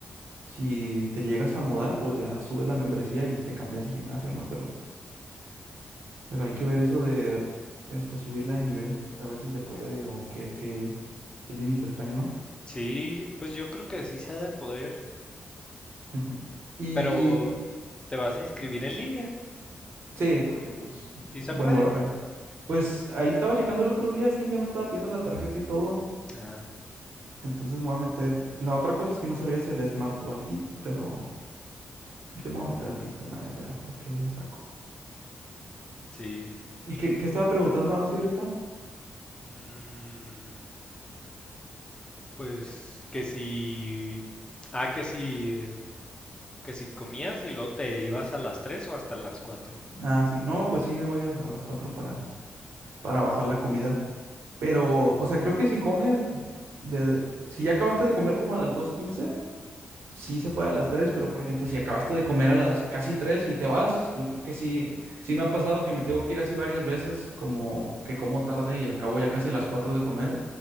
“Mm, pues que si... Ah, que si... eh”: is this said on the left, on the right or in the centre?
Left